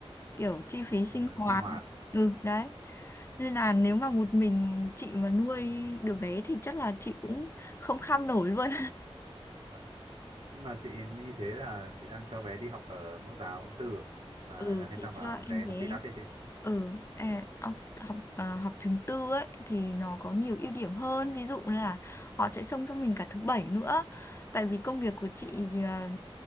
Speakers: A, on the left (about 25°); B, on the right (about 60°).
A: kiểu chi phí sinh
B: ờ,
A: hoạt
B: sinh hoạt
A: ừ đấy nên là nếu mà một mình chị mà nuôi đứa bé thì chắc là chị cũng không kham nổi luôn
B: Vâng. nhưng mà chị như thế là chị đang cho bé đi học ở mẫu giáo tư à?
A: <laughs>
B: mà
A: ừ
B: hay
A: chị
B: sao mà
A: cho em
B: thấy
A: bé
B: học phí đắt thế chị
A: Ừ, à, học học à, học trường tư ấy thì nó có nhiều ưu điểm hơn, ví dụ là họ sẽ xông cho mình cả thứ bảy nữa. Tại vì công việc của chị à,